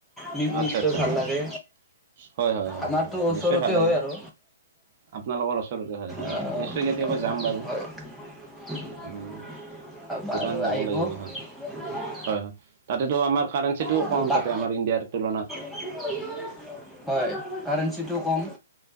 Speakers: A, in the centre; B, on the right (about 45°).
A: পিকনিক
B: আচ্ছা
A: গৈ
B: আচ্ছা
A: ভাল লাগে।
B: হয় হয় হয়
A: আমাৰটো
B: হয় হয়
A: ওচৰতে
B: নিশ্চয় ভাল লাগিব
A: হয় আৰু।
B: আপোনালোকৰ ওচৰতে, হয়, হয়।
A: আহ,
B: নিশ্চয় কেতিয়াবা যাম বাৰু।
A: হয় <unintelligible>
B: উম, ভূটান যাব লাগিব হয় হয়, হয়। তাতেটো আমাৰ কাৰেঞ্চিটোও
A: এইটো
B: কম,
A: বা-
B: তাতে আমাৰ ইণ্ডিয়াৰ তুলনাত।
A: হয়। কাৰাৰেঞ্চিটো কম